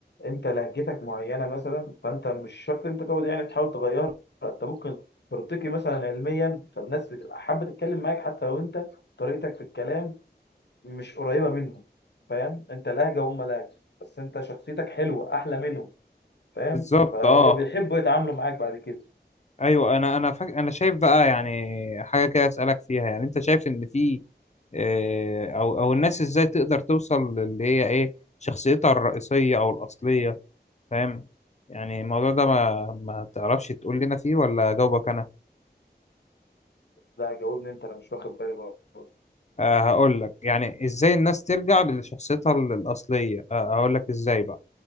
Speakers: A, on the left (about 80°); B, on the left (about 40°).
A: انت لهجتك معينه مثلا فانت مش شرط انت تقعد يعني تحاول تغيرها انت ممكن ترتقي مثلا علميا فالناس بتبقى حابه تتكلم معاك حتى لو انت طريقتك في الكلام مش قريبه منهم فاهم انت لهجه وهم لهجه بس انت شخصيتك حلوه احلى منهم فاهم
B: بالظبط
A: فهم
B: اه
A: بيحبوا يتعاملوا معاك بعد كده
B: ايوه انا انا فاك... انا شايف بقى يعني حاجه كده اسالك فيها يعني انت شايف ان في آه، او او الناس ازاي تقدر توصل للي هي ايه شخصيتها الرئيسيه او الاصليه فاهم يعني الموضوع ده ما ما تعرفش تقول لنا فيه ولا اجاوبك انا
A: لا جاوبني انت انا مش واخد بالي برضه
B: أه هقول لك يعني ازاي الناس ترجع لشخصيتها ال- الاصليه أه هقول لك ازاي بقى